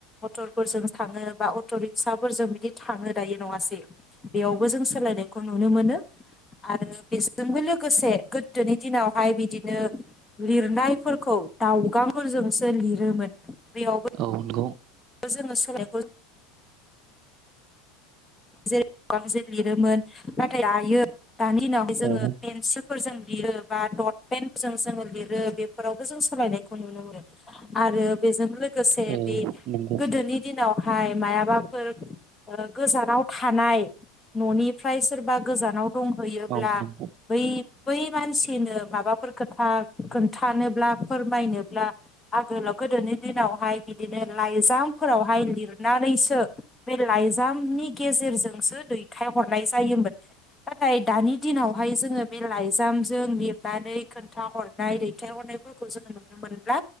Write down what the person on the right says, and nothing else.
औ नंगौ
औ
औ
नंगौ
औ नंगौ